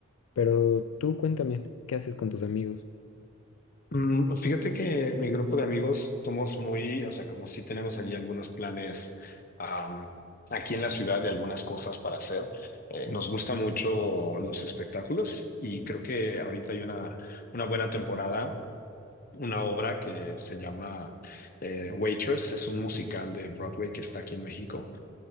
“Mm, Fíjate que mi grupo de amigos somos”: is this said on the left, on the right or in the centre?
Left